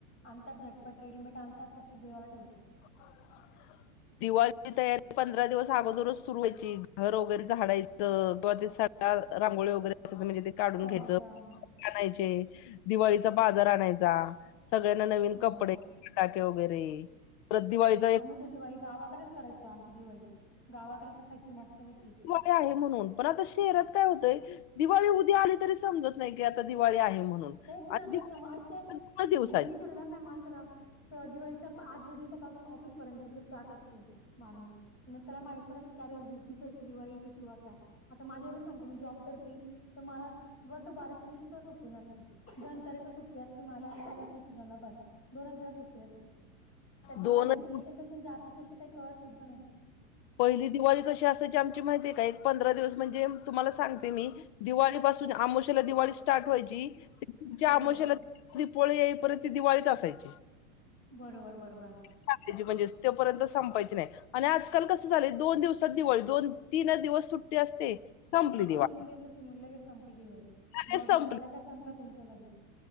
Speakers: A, on the left; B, on the left.
A: आणतात झटपट रेडीमेड आणतात, तसंच देवाला ठेवतात.
B: <unintelligible> दिवाळीची तयारी पंधरा दिवस अगोदरच सुरू व्हायची, घर वगैरे झाडाय <unintelligible> रांगोळी वगैरे असं तुम्ही म्हणजे, काढून
A: करायचं
B: घ्यायचं आणायचे, दिवाळीचा बाजर आणायचा. सगळ्यांना नवीन
A: हो
B: कपडे, फटाके वगैरे परत दिवाळीत.
A: आम्ही तर दिवाळी गावाकडेच करायचो, आमची दिवाळी गावाकडेच असायची मस्त पैकी.
B: तो आहे म्हणून, पण आता शहरात काय होतंय. दिवाळी उद्या आली तरी समजत नाही, की आता दिवाळी आहे म्हणून.
A: तेच
B: आणि
A: ना
B: दिवाळी
A: तेच ना मग आज
B: फक्त
A: पण,
B: दोन दिवसाची,
A: बिझी शेड्युल असं माणस दिवाळीच्या आदल्या दिवसापासून, ऑफिस पर्यंत जात असतो माणूस. नाही तर <unintelligible> त्याला माहित पण नसते की अरे दिवसाशी दिवाळी की किंवा काय. आता माझ्यावरून सांगते, मी जॉब करती तर मला वसुबारस दिवशी ही सुट्टी नसते. धन तेरस सुट्टी असते मला, लक्ष्मीपूजन ला बस दोन दिवस सुट्टी असते. त्या दिवाळी
B: दोनच
A: येते कशी जाते, कशी काही कळत सुद्धा नाही.
B: पहिली दिवाळी कशी असायची आमची माहिती आहे काय, एक पंधरा दिवस म्हणजे तुम्हाला सांगते मी. दिवाळी पासून, आमोशाला दिवाळीस. स्टाट व्हायची‌ पुढच्या,
A: बरोबर,
B: आमोशाला दिवाळी येई पर्यंत ती दिवाळीत असायची.
A: बरोबर बरोबर.
B: <unintelligible> म्हणजे तोपर्यंत संपायची नाही. आणि आजकाल कसं झाले, दोन दिवसात दिवाळी दोन तीन दिवस सुट्टी असते. संपली
A: तेच ना
B: दिवाळी
A: मग तीन दिवस तुम्ही लगेच, संपली दिवाळी
B: लगेच
A: भाऊबीज
B: संपली.
A: झाला का संपला तुमचं लगेच.